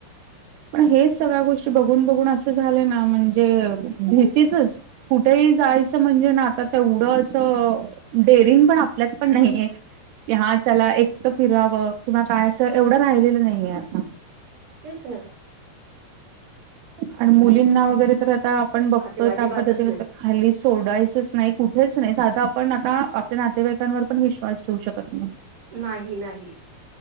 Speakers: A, on the right; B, on the right.
A: पण हेच सगळ्या गोष्टी बघून, बघून असं झाले ना म्हणजे भीतीचच कुठेही जायचं म्हणजे ना, आता तेवढं असं डेरिंग पण आपल्यात पण <inaudible> नाहीे. की हा त्याला एकटं फिरावं किंवा काय असं एवढं राहिलेलं नाहीये आता
B: तेच ना
A: आणि मुलींना वगैरे तर आता आपण बघतोय
B: आता अजिबातच
A: त्या पद्धतीने
B: नाही
A: तर हाली सोडायचंच नाही कुठेच नाही. साधा आपण आता आपल्या नातेवाईकांवर पण विश्वास ठेवू शकत नाही.
B: नाही, नाही,